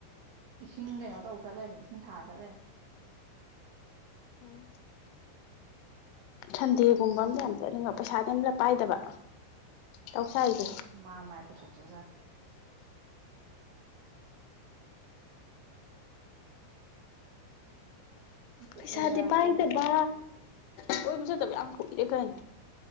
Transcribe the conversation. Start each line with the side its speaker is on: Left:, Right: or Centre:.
Right: ꯏꯁꯤꯡ ꯀꯩꯅꯣ ꯇꯧ ꯆꯠꯂꯕ ꯏꯁꯤꯡ ꯊꯥꯔ ꯆꯠꯂꯕꯅꯤ
Left: ꯎꯝ ꯁꯟꯗꯦꯒꯨꯝꯕ ꯑ ꯌꯥꯝ ꯆꯠꯅꯤꯡꯕ ꯄꯩꯁꯥꯗꯤ ꯑꯝꯂ ꯄꯥꯏꯗꯕ ꯇꯧꯁꯦ
Right: <inaudible>
Left: ꯍꯥꯏꯁꯦ
Right: ꯕꯨ ꯃꯥ ꯃꯥꯏ ꯄꯨꯊꯣꯛꯆꯖꯪ ꯀꯨꯏꯔꯦ
Left: ꯄꯩꯁꯥꯗꯤ
Right: ꯍꯥꯏꯕ
Left: ꯄꯥꯏꯗꯕ
Right: ꯀꯣꯏꯕ ꯆꯠꯇꯕ
Left: ꯑꯣꯏꯕ ꯆꯠꯇꯕ ꯌꯥꯝ ꯏꯤꯔꯦ ꯀꯩꯅꯣ